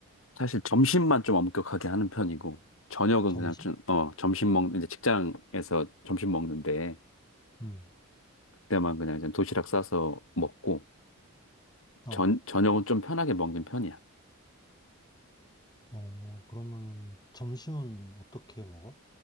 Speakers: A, on the left (about 65°); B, on the left (about 20°).
A: 사실 점심만 좀 엄격하게 하는 편이고 저녁은
B: 점심?
A: 그냥 좀 어 점심 먹 이제 직장에서 점심 먹는데
B: 응.
A: 그때만 그냥 이제 도시락 싸서 먹고
B: 어.
A: 전 저녁은 좀 편하게 먹는 편이야.
B: 어, 그러면 점심은 어떻게 먹어?